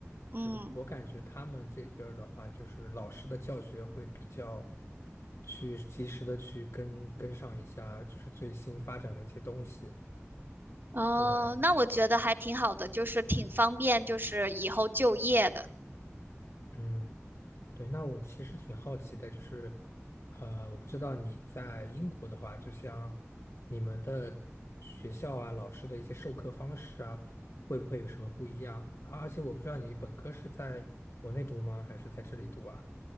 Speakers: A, on the right (about 45°); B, on the left (about 65°).
A: 嗯
B: 就我感觉他们这边儿的话，就是老师的教学会比较去及时的去跟跟上一下，就是最新发展的一些东西。
A: 哦，
B: 对，
A: 那我觉得还挺好的，就是挺方便，就是以后就业的。
B: 嗯，对，那我其实挺好奇的，就是，呃，我不知道你在英国的话，就像你们的学校啊，老师的一些授课方式啊，会不会有什么不一样？啊而且我不知道你本科是在国内读吗，还是在这里读啊？